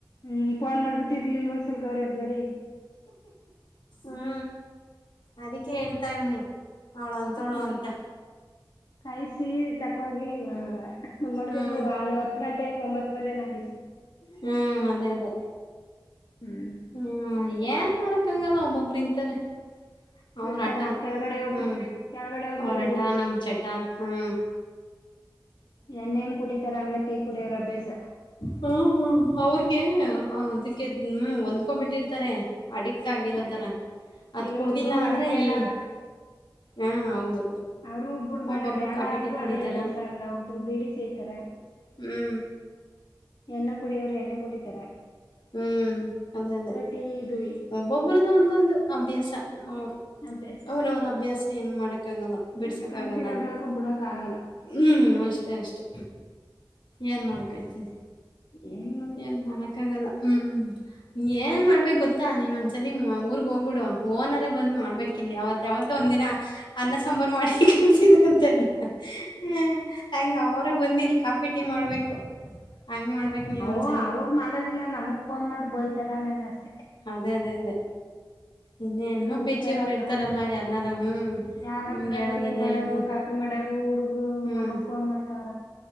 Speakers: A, on the left; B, on the left.
A: ಹ್ಮು <unintelligible>
B: ಹ್ಮು ಅದಕ್ಕೆ ಹೇಳ್ತಾವ್ನಿ. ಹೆಂತಾವ್ಳು
A: ಹ್ಮ್
B: ಅಂತಾ.
A: ಕಾಯಿಸಿ ಇತ್ತಾಕ್ಕೋಗಿ ಮಡ್ಗದ್ಲು
B: ಹ್ಮ್
A: <unintelligible> <unintelligible> ಒಂಬತ್ತುವರೆ ಏನ್ ಆಗಿತ್ತು.
B: ಹ್ಮು ಅದೇ ಅದೇ.
A: ಹ್ಮು
B: ಹ್ಮು ಏನ್ ಮಾಡಾಕ್ ಆಗಲ್ಲ ಒಬ್ಬೊಬ್ಬ್ರ ಇಂತಾರೆ. ಅವ್ರ
A: ಇರ್ತಾರೆ
B: ಆಟ್ಟ್
A: ಕೆಳಗಡೆ
B: ಹ್ಮು
A: ಒಬ್ಳಿ ಕೆಳಗಡೆ ಒಬ್ಳಿದ್ಲು
B: ಅವ್ರಟ ನಮ್ಮ್ ಚಟ ಹ್ಮು.
A: ಎಳನೀರ್ ಕುಡಿತಾರ ಹಂಗ್ ಟೀ ಕುಡಿಯೋರ. ಅಭ್ಯಾಸ
B: ಹ್ಮು ಅವ್ರಗೆ ಅದಕ್ಕೆ ಹ್ಮು ಹೊಂದ್ಕೊಬಿಟ್ಟಿರ್ತಾರೆ. ಅಡಿಕ್ಟ್ ಆಗಿರೋತರ
A: ಅದೇ
B: ಅದು
A: ಈಗ
B: ಕುಡ್ದಿಲ್ಲ
A: ಒಬ್ರು ಅಡ್ಕೆ
B: ಅಂದ್ರೆ
A: ಎಲ್ಲ
B: ಈ ಹ ಹೌದು.
A: ಅವ್ರು ಬಿಡಬ್ಯಾಡ
B: ಒಬ್ಬೊಬ್ರು
A: ಬೇಡ
B: ಕಾಪಿ
A: ಅಂದ್ರು
B: ಟೀ ಕುಡಿತಾರ
A: ಅದೇ ಅಭ್ಯಾಸ <unintelligible> ಒಬ್ಬರು ಬಿಡಿ ಸೇದ್ತಾರ್.
B: ಹ್ಮು
A: ಎಣ್ಣೆ ಕುಡಿಯೋರ್ ಎಣ್ಣೆ ಕುಡಿತಾರ.
B: ಹ್ಮು ಅದೇ ಅದೇ.
A: <unintelligible> ಇದುವಿ.
B: ಒಬ್ಬೊಬ್ಬರದು ಒಂದೊಂದು ಅಭ್ಯಾಸ ಹುರೀ
A: ಅಭ್ಯಾಸ
B: ಅವ್ರ ಅವ್ರ ಅಭ್ಯಾಸ ಏನು ಮಾಡಕ್ಕಾಗಲ್ಲ. ಬಿಡಸಾಕ್
A: ಅದ್ ಕಲ್ತಿರೋದವ್ರು
B: ಆಗಲ್ಲ ಅದು.
A: ಬಿಡಾಕ್ ಆಗಲ್ಲ
B: ಹ್ಮು ಅಷ್ಟೇ ಅಷ್ಟೆ ಏನ್ ಮಾಡಕಾಯ್ತದೆ.
A: ಏನ್ ಮಾ
B: ಎನ್ ಮಾಡಾಕ್ಕಾಗಲ್ಲ ಹ್ಮು ಏನ್ ಮಾಡ್ಬೇಕು ಗೊತ್ತಾ ನೀನು ಒಂದ್ಸಲ ಊರ್ಗೆ ಹೋಗ್ಬಿಡು. ಓನರ ಬಂದ್ ಮಾಡ್ಬೇಕ ಇಲ್ಲಿ ಅವತ್ತ್ ಅವತ್ತ ಒಂದ ದಿನ ಅನ್ನ, ಸಾಂಬಾರು ಮಾಡಿ ಉನ್ಸಿದನಂತೆ. ಹ ಹಂಗ್ ಅವರೆ ಬಂದ ಇಲ್ಲಿ ಕಾಫಿ, ಟೀ ಮಾಡ್ಬೇಕು. ಹಂಗ್ ಮಾಡ್ಬೇಕ್ ನೀನು ಅಂತಾ.
A: ಓ ಅವ್ರು ಮಾಡೋದಿಲ್ಲ ನಮಗ್ ಫೋನ್ ಮಾಡಿ ಬಯ್ತಾರೆ ಆಮೇಲೆ ಅಷ್ಟೇ.
B: ಅದೇ ಅದೇ ಅದೇ. ಇನ್ನೇ ಇನ್ನೂ
A: ಹೋಗ್ಬಿಟ್ಟಲ್ಲ
B: ಪಿ ಜಿ ಅವ್ರು
A: ಅಕ್ಕಾ
B: ಇರ್ತಾರಲ್ಲ ಯಾರನಾರ ಹ್ಮ್
A: ಯಾರ
B: ನಿಮ್ಗೆ
A: ಅಕ್ಕಾ
B: ಹೇಳೋದೆಲ್ಲ
A: ಟೀ ಮಾಡೋರು
B: ಹೇಳ್ತಾರೆ
A: ಕಾಫಿ ಮಾಡೋರು ಹುಡುಗ್ರು
B: ಹ್ಮ್
A: ನಮಗ್ ಫೋನ್ ಮಾಡ್ತಾವ್ರ.